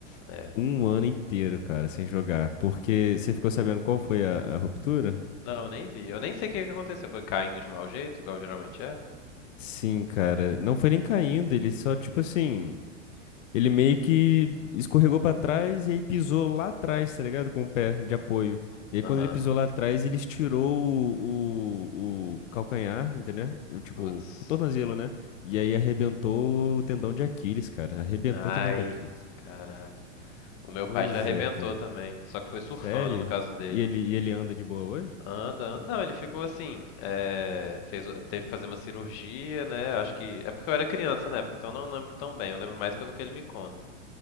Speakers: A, on the left; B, on the left.
A: é.
B: Um ano inteiro, cara, sem jogar. Porque você ficou sabendo qual foi a, a ruptura?
A: Não, eu nem vi. Eu nem sei o que que aconteceu. Foi caindo de mau jeito, igual geralmente é?
B: Sim, cara. Não foi nem caindo, ele só, tipo assim. Ele meio que escorregou pra trás e aí pisou lá atrás, tá ligado? Com o pé de apoio. E aí,
A: Aham.
B: quando ele pisou lá atrás, ele estirou o, o, o calcanhar, entendeu? O, tipo,
A: Putz.
B: o tornozelo, né? E aí arrebentou o tendão de Aquiles, cara. Arrebentou
A: Ai,
B: o tendão de Aquiles.
A: caraca. O meu pai
B: Pois
A: já arrebentou
B: é, cara.
A: também, só que foi surfando
B: Sério?
A: no caso dele.
B: E ele, e ele anda de boa hoje?
A: Anda, anda. Não, ele ficou assim. é, fez, o- teve que fazer uma cirurgia, né? Acho que. É porque eu era criança na época, então não lembro tão bem. Eu lembro mais pelo que ele me conta.